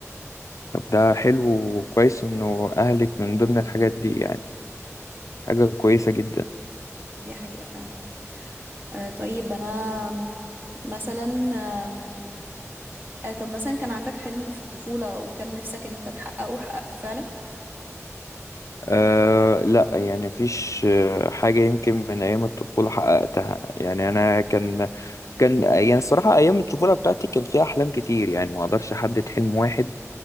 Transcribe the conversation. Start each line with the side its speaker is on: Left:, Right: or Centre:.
Left: طب ده حلو وكويس انه اهلك من ضمن الحاجات دي يعني حاجة كويسة جدا
Right: دي حقيقة فعلا آه طيب أنا مثلا آه آه، طب مثلا كان عندك حلم في الطفولة وكان نفسك إن أنت تحققه وحققته فعلا؟
Left: أه لا يعني مفيش آه، حاجة يمكن من أيام الطفولة حققتها يعني أنا كان كان يعني الصراحة أيام الطفولة بتاعتي كان فيها أحلام كتير يعني ما أقدرش أحدد حلم واحد